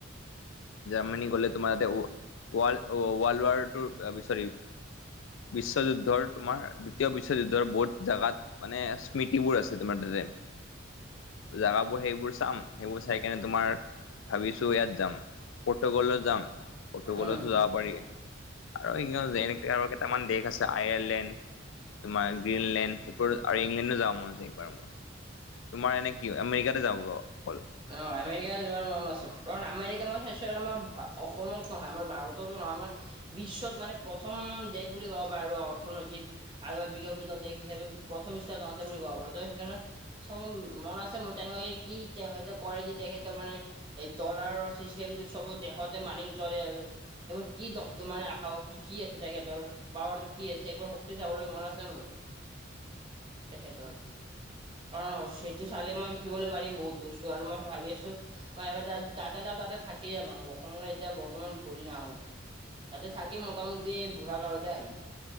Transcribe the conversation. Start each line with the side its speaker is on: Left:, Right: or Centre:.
Left: জাৰ্মানী গলে তোমাৰ তাতে ও ৱাৰ্ল্ড ৱাৰ্ল্ড ৱাডটোৰ চৰি বিশ্বযুদ্ধৰ তোমাৰ দ্বিতীয় বিশ্বযুদ্ধৰ বহুত জোগাত মানে স্মৃতিবোৰ আছে তোমাৰ তাতে। জোগাবোৰ সেইবোৰ চাম সেইবোৰ চাই কেনে তোমাৰ ভাবিছো ইয়াত যাম পৰ্তগলত যাম, পৰ্তগলতো
Right: উম
Left: যাব পাৰি। আৰু ই যেনেকে আৰু কেইটামান দেশ আছে আয়াৰলেণ্ড তোমাৰ গ্ৰীণলেণ্ড সেইবোৰ ইংলেণ্ড যাওঁ মন যায় মই তোমাৰ এনে কি আমেৰিকাতে যাব অকল
Right: অ আমেৰিকা যোৱাৰ মন আছে কাৰণ আমেৰিকা মই চাইছোঁ আৰু আমাৰ অসমত নহয় আমাৰ ভাৰততো নহয় আমাৰ বিশ্বত মানে প্ৰথম দেশ বুলি ক'ব পাৰ আৰু অৰ্থনৈতিত। আৰু বিকশিত দেশ হিচাপে প্ৰথম স্হানত আছে বুলি কব পাৰ ত সেইকাৰণে চ মন আছে ম তেনেকুৱাকে কি হয় তে কৰে যে তেখেতৰ মানে এই ডলাৰৰ চিষ্টেমটো চব দেশতে মানি চলে আৰু এইবোৰ কি দমদমাই আহক কি আছে, তেখেতৰ পাৱাৰ টো কি আছে এইবোৰ হ কি চাবলৈ মন আছে মোৰ তেখেতৰ অ চেইটো চালে মই শিকিবলৈ পাৰিম বহুত বস্তু আৰু মই ভাবি আছোঁ, মই এবাৰ যা তাতে যাওঁ তাতে থাকি যাম আৰু অসমলে এতিয়া বৰ্তমান ঘুৰি নাহো। তাতে থাকি মোটামুটি বুঢ়া কালতে আহিম